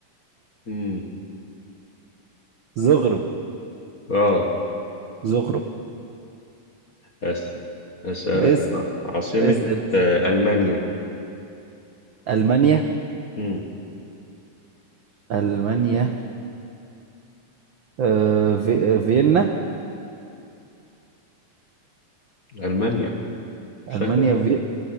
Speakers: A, on the left (about 35°); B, on the right (about 65°).
A: امم
B: زغرب
A: اه
B: زغرب
A: أس... اسالك
B: اسأل
A: انا عاصمة
B: اسأل اسأل.
A: آه، المانيا
B: ألمانيا
A: امم
B: ألمانيا آه في... آه، فيينا
A: المانيا سهلة
B: ألمانيا
A: دي
B: في
A: أوي.